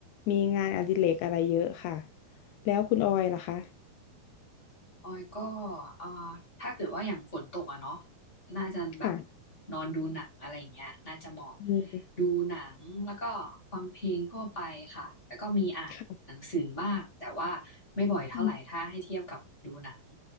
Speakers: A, on the left; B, on the left.
A: มีงานอดิเรกอะไรเยอะค่ะแล้วคุณออยล่ะคะ
B: ออยก็เอ่อถ้าเกิดว่าอย่างฝนตกอะเนาะน่าจะแบบ
A: ค่ะ
B: นอนดูหนังอะไรอย่างเงี้ยน่าจะเหมาะ
A: อืม
B: ดูหนังแล้วก็ฟังเพลงทั่วไปค่ะแล้วก็มีอ่านหนังสือบ้างแต่ว่าไม่บ่อยเท่าไหร่ถ้าให้เทียบกับดูหนัง
A: ค่ะอืม